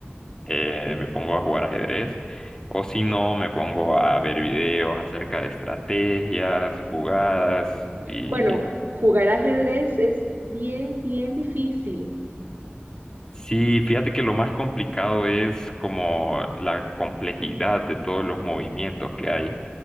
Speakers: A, on the left; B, on the right.
A: eh, me pongo a jugar ajedrez, o si no, me pongo a ver videos acerca de estrategias, jugadas, y
B: Bueno, jugar ajedrez es bien, bien difícil.
A: sí, fíjate que lo más complicado es como la complejidad de todos los movimientos que hay,